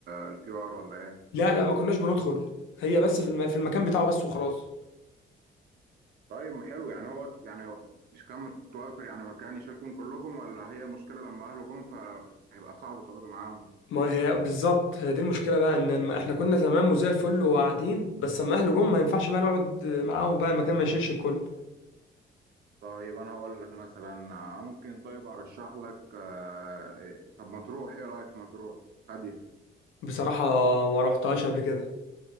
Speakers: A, on the right; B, on the left.
A: الكيو ار ولا ايه؟
B: لا لا ما كناش بندخل هي بس في, الم... في المكان بتاعه بس وخلاص
A: طيب ما حلو يعني هو يعني مش كان متوفر يعني مكان يشيلكم كلكم ولا هي المشكله لما اهله جم فهيبقى صعب تقعدوا معاهم؟
B: ما هي بالظبط هي دي المشكلة بقى ان لما احنا كنا تمام وزي الفل وقاعدين بس اما اهله جم ما ينفعش بقى نقعد معاهم بقى المكان ما يشيلش الكل
A: طيب انا هقول لك مثلا آه، ممكن طيب ارشح لك آه، إيه- طب مطروح ايه رايك في مطروح؟ هاديه
B: بصراحة ما روحتهاش قبل كده